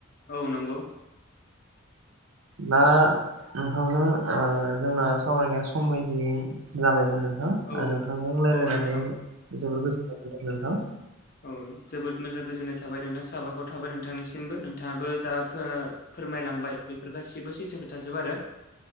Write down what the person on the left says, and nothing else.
औ नंगौ
औ
औ नोंथां
औ जोबोद मोजां गोजोननाय थाबाय नोंथां साबायखर थाबाय नोंथांनिसिमबो नोंथाङाबो जा फो-फोरमायलांबाय बेफोर गासिबो सैथो खोथाजोब आरो